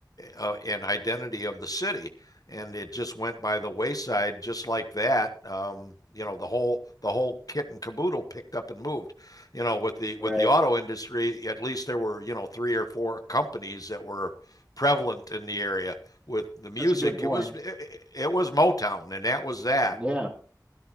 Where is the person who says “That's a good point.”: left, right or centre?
Right